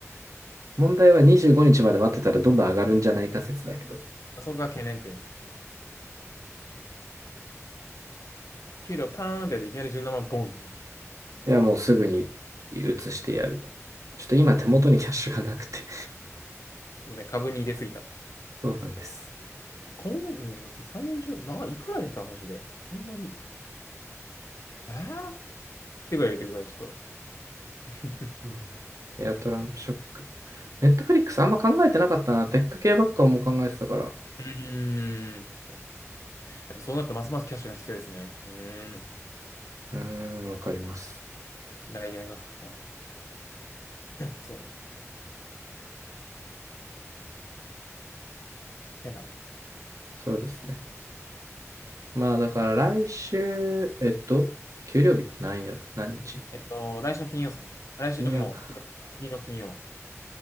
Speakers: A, on the right; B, on the left.
A: 問題は25日まで待ってたらどんどん上がるんじゃないか説だけど。
B: そこが懸念点です。給料パーンってやっていきなり17万ボンって言う。
A: いや、もうすぐに移してやる。ちょっと今手元にキャッシュがなくて。
B: そうね株に入れすぎた。だ
A: <laughs> そうなんです。
B: って今月、うんだって3、40、な、いくら入れたマジで。ほんまに。えーてくらい入れてるから、ちょっと。<laughs>
A: そうね。いや、トランプショック。ネットフリックスあんま考えてなかったな。テック系ばっかも考えてたから。
B: うーん。やっぱそうなるとますますキャッシュが必要ですね。うーん。
A: うーん、わかります。
B: ダイヤが。あーそうだ。変な。
A: そうですね。まあだから来週、えっと、給料日何曜、何日
B: えっと、来週の金曜ですね。来週、
A: 金曜か。
B: もう、つか次の金曜